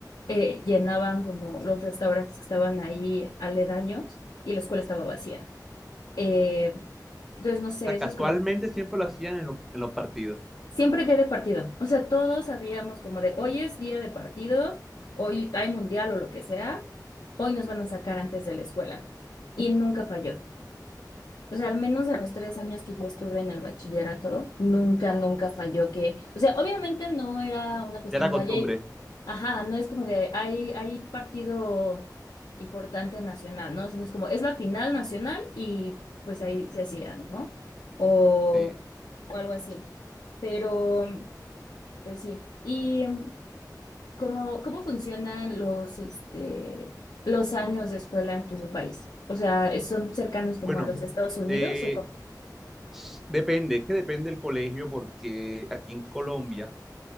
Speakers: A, on the left (about 70°); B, in the centre.
A: eh, llenaban como los restaurantes que estaban ahí aledaños y la escuela estaba vacía. Eh, entonces, no sé,
B: sea,
A: eso
B: casualmente
A: es como
B: siempre lo hacían en, lo- en los partidos?
A: Siempre día de partido. O sea, todos sabíamos como de hoy es día de partido, hoy hay mundial o lo que sea, hoy nos van a sacar antes de la escuela. Y nunca falló. O sea, al menos de los tres años que yo estuve en el bachillerato, nunca, nunca falló que, o sea, obviamente no era una cuestión
B: Ya la costumbre.
A: de, ay, ay, ajá, no es como de, hay, hay partido importante nacional, ¿no? Sino es como, es la final nacional y pues ahí se hacía, ¿no? O,
B: Sí.
A: o algo así. Pero... Pues sí. ¿Y em, cómo, cómo funcionan los, este, los años de escuela en tu país? O sea, ¿son cercanos como
B: Bueno,
A: a los de Estados Unidos
B: eh,
A: o cómo?
B: s- depende, es que depende del colegio porque aquí en Colombia